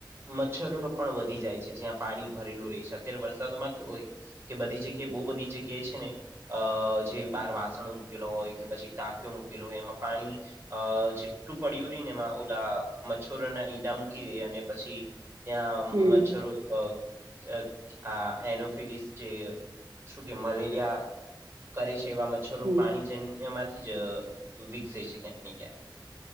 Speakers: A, on the right; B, on the right.
A: મચ્છર પણ વધી જાય છે જ્યાં પાણી ભરેલું રહે છે અત્યારે વરસાદોમાં કેવું હોય કે બધી જગ્યા
B: હમ
A: એ બહુ બધી જગ્યા જે છે ને અ જે બાર વાસણો મૂકેલો હોય કે પછી ટાકીયો મૂકેલો હોય એમાં પાણી અ જેટલું પડ્યું રહી ને એમાં ઓલા મચ્છરો ના ઈ ઈડા મૂકી દે અને પછી ત્યાં
B: હમ
A: મચ્છરો અ અ આ એનોફિલીસ જે શું કે મલેરિયા કરે છે એવા મચ્છરો
B: હમ
A: પાણી જેન્યમાંથી જ વિકસે છે ક્યાંક ને ક્યાંક